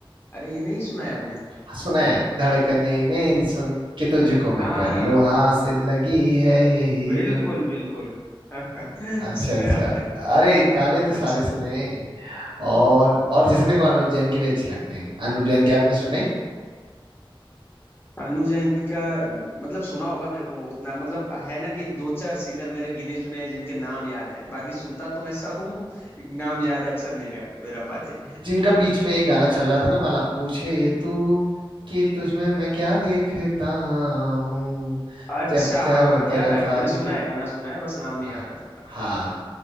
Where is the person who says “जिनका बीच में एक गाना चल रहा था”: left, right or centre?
Right